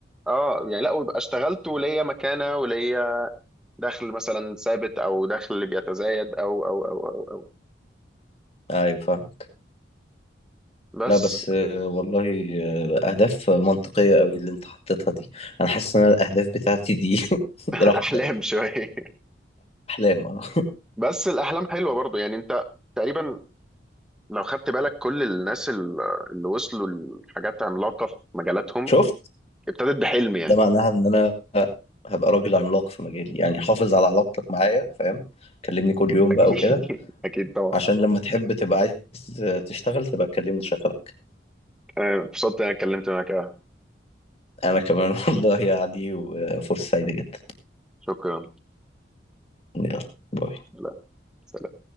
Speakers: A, in the centre; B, on the left.
A: اه يعني لا ويبقى اشتغلت وليا مكانه وليا دخل مثلا ثابت او دخل بيتزايد او او او او, أو.
B: ايوه فاهمك
A: بس
B: لا بس آه، والله آه، اهداف منطقيه قوي اللي انت حطيتها دي انا حاسس ان أنا الاهداف بتاعتي دي <laughs>
A: <laughs>
B: راح
A: احلام
B: في ده
A: شويه
B: احلام اه
A: بس الاحلام حلوه برضو يعني انت تقريبا لو خدت بالك كل الناس ال- اللي وصلوا لحاجات عملاقة في مجالاتهم
B: شفت
A: ابتدت بحلم يعني
B: ده معناها ان انا هبقى راجل عملاق في مجالي يعني حافظ على علاقتك معايا فاهم كلمني كل يوم
A: أكيد
B: بقى وكده
A: <laughs> أكيد طبعا
B: عشان لما تحب تبقى عايز تشتغل تبقى تكلمني شغلك
A: أنا اتبسطت إن أنا اتكلمت معاك آه،
B: انا كمان <laughs> والله يا علي وفرصة سعيدة جدا
A: شكرا
B: يلا باي
A: لا سلام